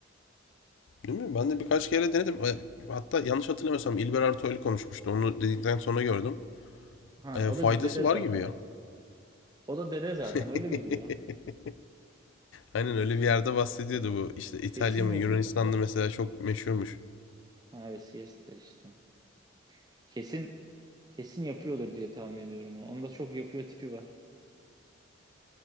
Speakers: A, on the left; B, on the right.
A: Değil mi? Ben de birkaç kere denedim. E, Hatta yanlış hatırlamıyorsam İlber Ortaylı konuşmuştu. Onu dedikten sonra gördüm.
B: Ha
A: E,
B: o
A: faydası
B: da dede
A: var
B: zaten.
A: gibi ya.
B: O da dede zaten
A: <laughs>
B: öyle mi diyor?
A: Aynen
B: Kesin,
A: öyle bir yerde bahsediyordu bu. İşte İtalya
B: kesin
A: mı
B: yap.
A: Yunanistan'da mesela çok meşhurmuş.
B: Ha evet siesta işte. Kesin kesin yapıyordur diye tahmin ediyorum. o. Onda çok yapıyor tipi var.